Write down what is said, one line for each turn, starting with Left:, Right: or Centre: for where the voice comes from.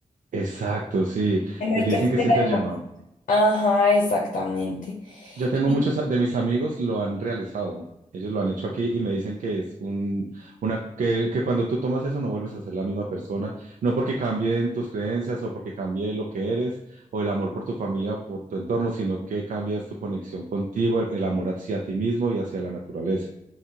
Right: exacto, sí.
Left: Que no
Right: Eh,
Left: hay
Right: Dicen
Left: que esperar.
Right: que siente el llamado.
Left: Ajá, exactamente.
Right: Yo tengo
Left: Y,
Right: muchos a- de mis amigos lo han realizado. Ellos lo han hecho aquí y me dicen que es un, una, que, que cuando tú tomas eso no vuelves a ser la misma persona. No porque cambien tus creencias o porque cambie lo que eres o el amor por tu familia o por tu entorno, sino que cambias tu conexión contigo, el, el amor hacia ti mismo y hacia la naturaleza.